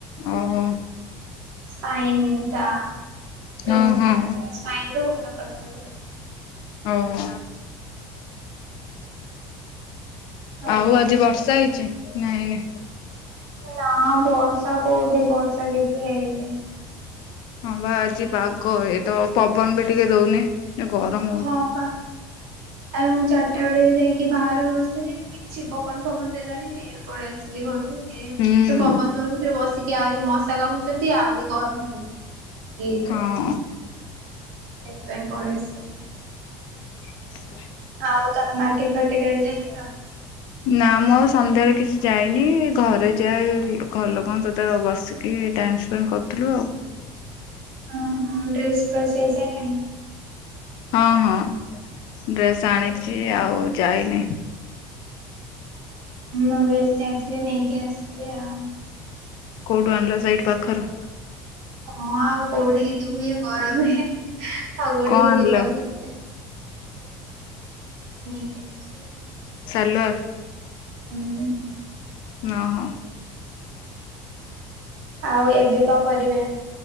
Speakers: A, on the left (about 65°); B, on the right (about 85°).
A: ଓହୋ।
B: ସ୍ପାଇନ୍ ଟା ପେନ୍
A: ହଁ
B: ହୁଏ
A: ହଁ
B: ତାଙ୍କର ସ୍ପାଇନ୍ ରୁ ମୁଣ୍ଡ ପର୍ଯ୍ୟନ୍ତ। <unintelligible>
A: ଓହୋ।
B: ହଁ
A: ଆଉ ଆଜି ବର୍ଷା ହେଇଚି ନା ହେଇନି?
B: ନା ବର୍ଷା କୋଉଠି ବର୍ଷା କିଛି ହେଇନି।
A: ହଁ ବା ଆଜି ପାଗ ଏ ତ ପବନ ବି ଟିକେ ଦଉନି। ଏ ଗରମ୍।
B: ହଁ ପା, ଆଉ ମୁଁ ଚାରିଟା ବେଳେ ବି ଯାଇକି ବାହାରେ ବସିଥିଲି। କିଛି ପବନ ଫବନ ଦେଲାଣି ଫେରେ ପଲେଇ ଆସିଲି ଘରୁକୁ। ଏ କିଛି
A: ହୁଁ
B: ତ ପବନ ଦଉନି ଫେରେ ବସିକି ଆଉରି ମଶା କାମୁଡୁଚନ୍ତି ଆଉରି ଗରମ ହଉଚି। <unintelligible>
A: ହଁ
B: ସେଇଥିପାଇଁ ପଳେଇଆସିିଲି।
A: <unintelligible>
B: ଆଉ ତମେ ମାର୍କେଟ ଫାର୍କେଟ ଆଡେ ଯାଇଥିଲ?
A: ନା ମୁଁ ଆଉ ସନ୍ଧ୍ୟାରେ କିଛି ଯାଇନି ଘରେ ଯାଏ ଘର ଲୋକଙ୍କ ସହିତ ବସି କି ଟାଇମ୍ ସ୍ପେଣ୍ଡ କରୁଥିଲୁ ଆଉ।
B: ଅ ହଁ, ଡ୍ରେସ୍ ଫ୍ରେସ୍ ହେଇ ସାଇଲାଣି?
A: ହଁ ହଁ, ଡ୍ରେସ୍ ଆଣିଚି ଆଉ ଯାଇନି।
B: ମୁଁ ବି ଆଜି ଯାଇଥିଲି ନେଇକି ଆସିଲି ଆଉ।
A: କୋଉଠୁ ଆଣିଲ ସେଇଠି ପାଖରୁ?
B: ହଁ ଆଉ କୋଉଠିକି ଯିବୁ ଇଏ ଗରମ ରେ ଆଉ କୋଉଠିକି
A: କଣ ଆଣିଲ
B: ଯିବାକୁ ଇ <unintelligible>
A: ସାଲୁଆର୍?
B: ହୁଁ।
A: ନ ହଁ।
B: ଆଉ ଏବେ କଣ କରିବେ?